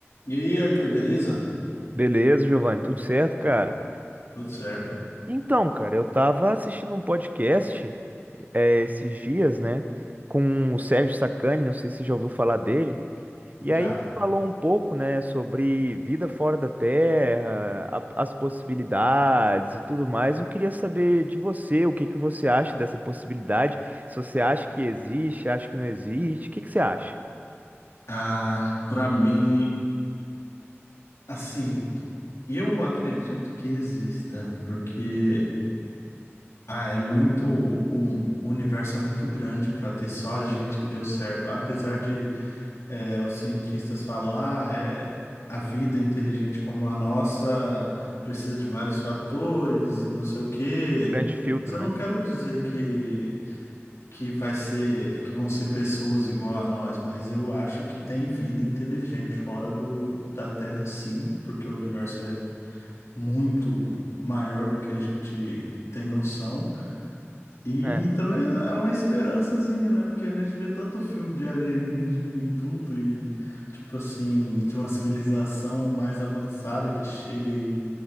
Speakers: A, on the left; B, on the right.
A: E aí, Arthur, beleza?
B: Beleza, Giovanni, tudo certo, cara?
A: Tudo certo?
B: Então, cara, eu tava assistindo um podcast eh, esses dias, né, com o Sérgio Sacani, não sei se você já ouviu falar dele, e
A: Já.
B: aí falou um pouco, né, sobre vida fora da Terra, a- as possibilidades e tudo mais. Eu queria saber de você, o que que você acha dessa possibilidade, se você acha que existe, acha que não existe, o que que você acha?
A: Ah, pra mim, assim, eu acredito que exista, porque ah, é muito o universo é muito grande pra ter só a gente que deu certo. Apesar de eh, os cientistas falam, ah, é a vida é inteligente como a nossa precisa de vários fatores e não sei o quê.
B: Grande filtro,
A: Mas eu
B: né?
A: não quero dizer que que vai ser, que vão ser pessoas igual a nós, mas eu acho que tem vida inteligente fora do, da Terra, sim, porque o universo é muito maior do que a gente tem noção. E
B: É.
A: também é uma esperançazinha, né? Porque a gente vê tanto filme de alienígena e tudo, e tipo assim, de uma civilização mais avançada que chega e,